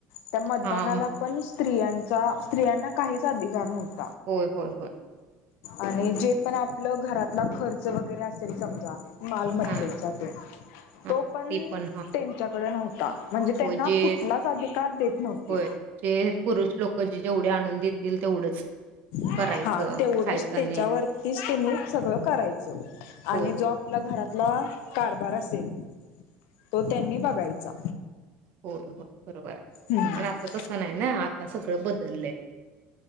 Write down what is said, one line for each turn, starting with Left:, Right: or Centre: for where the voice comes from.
Left: त्या मतदानाला
Right: हा म-
Left: पण स्त्रियांचा स्त्रियांना काहीच अधिकार नव्हता.
Right: होय होय होय.
Left: आणि जे पण आपलं घरातला खर्च वगैरे असेल समजा मालमत्तेचा
Right: हा
Left: ते
Right: हा
Left: तो त्यांच्या
Right: ते पण हा
Left: कडे नव्हता. म्हणजे त्यांना
Right: हो जे
Left: कुठलाच अधिकार देत नव्हती.
Right: हो जे पुरुष लोक जे जेवढे आणून देत तेवढंच
Left: हा
Right: करायचं
Left: तेवढच
Right: खायचं
Left: त्याच्यावरतीच
Right: आणि
Left: त्यांनी सगळं करायचं आणि
Right: होय
Left: जो आपल्या घरात कारभार असेल तो त्यांनी बघायचा.
Right: हो हो बरोबर.
Left: हम्म
Right: पण आता तस नाही ना, आता सगळं बदललंय.